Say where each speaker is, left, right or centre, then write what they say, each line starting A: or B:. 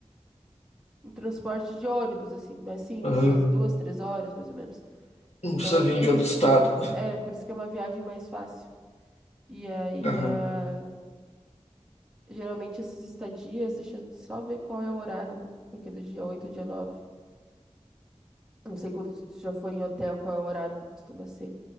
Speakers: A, in the centre; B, on the left.
A: um transporte de ônibus, assim, mais simples,
B: Aham.
A: duas, duas, três horas, mais ou menos.
B: Não
A: Então,
B: precisa
A: é
B: vir
A: por
B: de outro
A: isso,
B: estado.
A: é, por isso que é uma viagem mais fácil. E aí,
B: Aham.
A: ah, geralmente essas estadias, deixa eu só ver qual é o horário, né? Porque é do dia 8 ao dia nove Não sei quando tu já foi em hotel, qual é o horário que costuma ser.